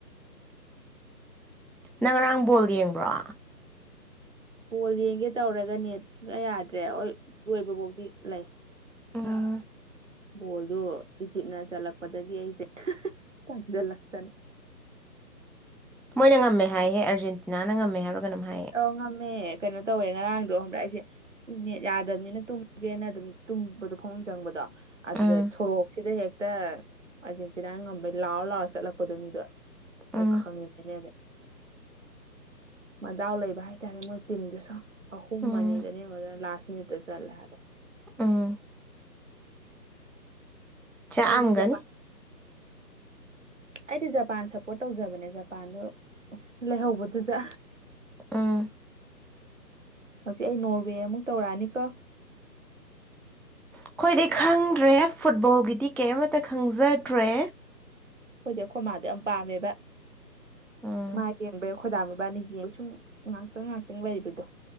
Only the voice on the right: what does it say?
ꯕꯣꯜ ꯌꯦꯡꯒꯦ ꯇꯧꯔꯒ ꯅꯦꯠ ꯁꯨꯌꯥ ꯌꯥꯗ꯭ꯔꯦ ꯍꯣꯏ ꯂꯣꯏꯕꯕꯧꯗꯤ ꯂꯩ
ꯕꯣꯜꯗꯨ ꯏꯖꯤꯞꯅ ꯆꯠꯂꯛꯄꯗꯒꯤ ꯑꯩꯁꯦ ꯇꯟꯖꯜꯂꯛꯇꯅ
ꯑꯧ ꯉꯝꯃꯦ ꯀꯩꯅꯣ ꯇꯧꯋꯦ ꯉꯔꯥꯡꯗꯣ ꯈꯪꯕ꯭ꯔꯥ ꯑꯩꯁꯦ ꯅꯦꯠ ꯌꯥꯗꯕꯅꯤꯅ ꯇꯨꯝꯒꯦꯅ ꯑꯗꯨꯝ ꯇꯨꯝꯕꯗꯣ ꯐꯃꯨꯡ ꯆꯪꯕꯗꯣ ꯑꯗꯨꯗ
ꯁꯣꯔꯣꯛꯁꯤꯗ ꯍꯦꯛꯇ ꯑꯥꯔꯖꯦꯟꯇꯤꯅꯥ ꯉꯝꯕꯩ ꯂꯥꯎꯔ ꯂꯥꯎꯔ ꯆꯠꯂꯛꯄꯗꯨꯅꯤꯗꯣ ꯑꯩ
ꯈꯪꯉꯤꯅꯤꯅꯦ ꯑꯗꯨꯏ ꯃꯗꯥꯎ ꯂꯩꯕ ꯍꯥꯏꯇꯥꯔꯦ ꯃꯣꯏ ꯇꯤꯝꯗꯨꯁꯨ ꯑꯍꯨꯝ
ꯑꯅꯤꯗꯅꯦ ꯌꯦꯡꯉꯣꯗꯅ ꯂꯥꯁ ꯃꯤꯅꯤꯠꯇ ꯆꯜꯂꯦ ꯍꯥꯏꯕ
ꯑꯩꯗꯤ ꯖꯄꯥꯟ <unintelligible> ꯑꯩꯗꯤ ꯖꯄꯥꯟ ꯁꯞꯄꯣꯔꯠ ꯇꯧꯖꯕꯅꯦ ꯖꯄꯥꯟꯗꯣ ꯂꯩꯍꯧꯕꯗꯨꯗ
ꯍꯧꯖꯤꯛ ꯑꯩ ꯅꯣꯔꯋꯦ ꯑꯃꯨꯛ ꯇꯧꯔꯛꯑꯅꯤꯀꯣ
ꯑꯩꯈꯣꯏꯗ ꯑꯩꯈꯣꯏ ꯃꯥꯗꯣ ꯌꯥꯝ ꯄꯥꯝꯃꯦꯕ
ꯃꯥ ꯌꯦꯡꯕꯩ ꯈꯣꯏꯗꯥ ꯃꯕꯥꯅꯤ ꯌꯦꯡꯉ ꯁꯨꯝ ꯉꯥꯛꯇꯪ ꯉꯥꯛꯇꯪ ꯂꯩꯗꯣ